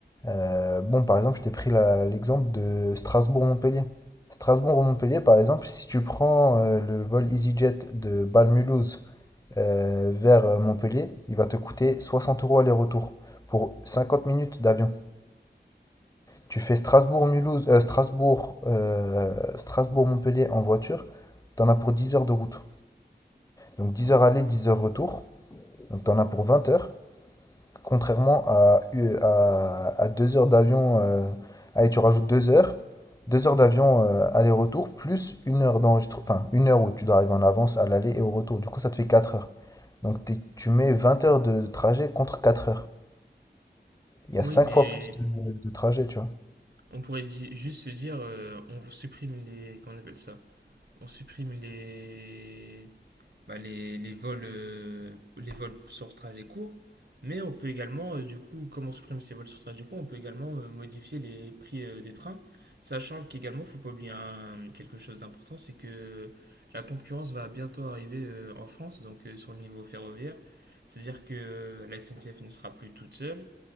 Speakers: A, on the left; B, on the right.
A: euh, bon, par exemple, je t'ai pris la- l'exemple de Strasbourg-Montpellier. Strasbourg-Montpellier, par exemple, si tu prends euh, le vol EasyJet de Bâle-Mulhouse euh, vers euh, Montpellier, il va te coûter 60 euros aller-retour pour 50 minutes d'avion. Tu fais Strasbourg-Mulhouse, euh, Strasbourg, euh, Strasbourg-Montpellier en voiture, t'en as pour 10 heures de route. Donc 10 heures aller, 10 heures retour, donc t'en as pour 20 heures. Contrairement à, à, à 2 heures d'avion, euh, allez, tu rajoutes 2 heures, 2 heures d'avion euh, aller-retour, plus une heure d'enregistrement, enfin une heure où tu dois arriver en avance à l'aller et au retour. Du coup, ça te fait 4 heures. Donc t'es- tu mets 20 heures de trajet contre 4 heures. Il y
B: Oui,
A: a 5
B: mais
A: fois plus de, de trajet, tu vois.
B: On pourrait di- juste se dire, euh, on supprime les. Comment on appelle ça? On supprime les. bah, les, les vols, euh, les vols sur trajet court. Mais on peut également, euh, du coup, comme on supprime ces vols sur trajet court, on peut également euh, modifier les prix euh, des trains. Sachant qu'également, faut pas oublier un- quelque chose d'important, c'est que la concurrence va bientôt arriver euh, en France, donc euh, sur le niveau ferroviaire. C'est-à-dire que la SNCF ne sera plus toute seule.